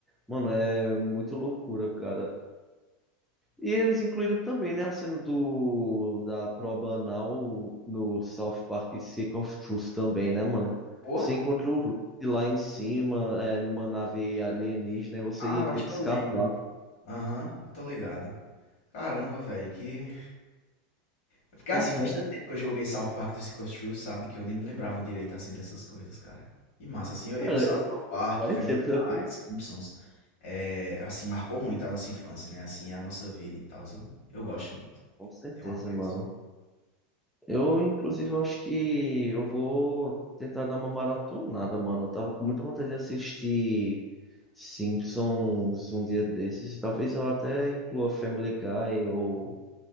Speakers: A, in the centre; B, on the left (about 60°).
A: Mano, é muito loucura, cara. E eles incluíram também, né, a cena do da prova anal no South Park Stick of Truth também, né, mano?
B: Foram?
A: Se encontrou o Rick lá em cima, é, numa nave alienígena, e você
B: Ah,
A: e
B: eu
A: ele
B: acho
A: tem que
B: que
A: escapar.
B: eu lembro. Aham, eu tô ligado. Caramba, velho, que. Porque assim,
A: Uhum.
B: faz tanto tempo que eu joguei South Park do Stick of Truth, sabe? Que eu nem me lembrava direito assim dessas coisas, cara. E massa, assim, eu, eu
A: Cara,
B: South Park,
A: faz
B: Family
A: sempre
B: Guy,
A: também.
B: Simpsons, é, assim, marcou muito a nossa infância, né? Assim, a nossa vida e tal. Eu, eu gosto muito.
A: Com certeza,
B: Tem um apreço.
A: mano. Eu, inclusive, eu acho que eu vou tentar dar uma maratonada, mano. Eu tava com muita vontade de assistir Simpsons um dia desses. Talvez eu até inclua Family Guy ou